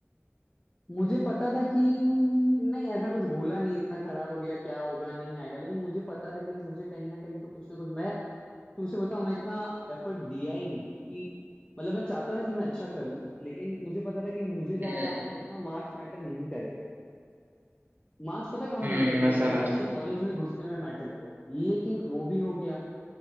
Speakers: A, on the left (about 20°); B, on the right (about 45°).
A: मुझे पता था कि नहीं ऐसा कुछ बोला नहीं इतना खराब हो गया क्या होगा नहीं आएगा लेकिन मुझे पता था कि मुझे कहीं ना कहीं तो कुछ ना कुछ मैं तो उसे बताओ मैं इतना एफर्ट दिया ही नहीं क्योंकि मतलब मैं चाहता था कि मैं अच्छा करूं लेकिन मुझे पता था कि मुझे जहां
B: हम्म
A: जाना है उतना मार्क्स मैटर नहीं करेगा मार्क्स पता है कहाँ
B: हम्म
A: मैटर किया
B: मैं समझ
A: एक अच्छे
B: गया
A: कॉलेज में घुसने में मैटर किया लेकिन वो भी हो गया